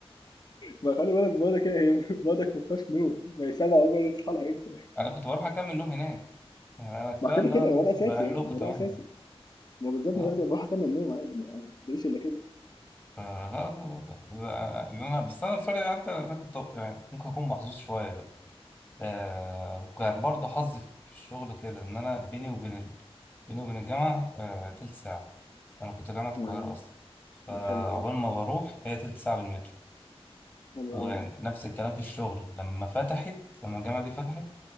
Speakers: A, on the left (about 40°); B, on the left (about 15°).
A: ما خلي بالك برضه كده هي <laughs> برضك ما فيهاش نوم ما هي سبعة وربع دي تصحى لها امتى؟
B: انا كنت بروح اكمل نوم هناك يعني انا كفايه
A: ما كده
B: ان
A: كده
B: انا
A: وده اساسي
B: رايح
A: يعني
B: لكم
A: وده
B: 8
A: اساسي ما بالظبط
B: اه
A: ما لازم بروح اكمل النوم عادي ما مش الا كده
B: آه لا لا لا لا انا بس انا الفرق يعني انت انا كنت يعني ممكن اكون محظوظ شويه آه وكان برضه حظي في الشغل كده ان انا بيني وبين ال... بيني وبين الجامعه آه تلت ساعه انا كنت جامعه القاهره
A: ما-
B: اصلا فعقبال
A: ده حلو ده
B: ما بروح هي تلت ساعه بالمترو
A: حلو
B: ونفس
A: قوي دي
B: الكلام في الشغل لما فتحت لما الجامعه دي فتحت